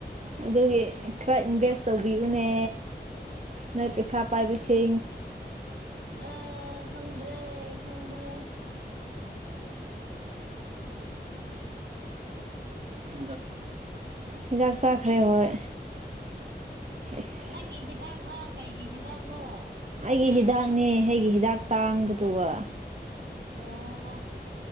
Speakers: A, on the right (about 40°); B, on the right (about 80°).
A: ꯑꯗꯨꯒꯤ ꯈꯔ ꯏꯟꯚꯦꯁ ꯇꯧꯕꯤꯌꯨꯅꯦ ꯅꯣꯏ ꯄꯦꯁꯥ ꯄꯥꯏꯕꯤꯁꯤ
B: ꯑꯦ ꯈꯪꯗ꯭ꯔꯦ ꯈꯪꯗ꯭ꯔꯦ
A: ꯎ ꯍꯤꯖꯥꯛ ꯆꯈꯔꯦ ꯍꯣꯏ ꯑꯁ
B: ꯅꯪꯒꯤ ꯍꯤꯗꯥꯛꯅ ꯀꯩꯒꯤ ꯍꯤꯗꯥꯛꯅꯣ
A: ꯑꯩꯒꯤ ꯍꯤꯗꯥꯛꯅꯦ ꯑꯩꯒꯤ ꯍꯤꯗꯥꯛ ꯇꯥꯡꯕꯗꯨꯒ
B: ꯑꯣ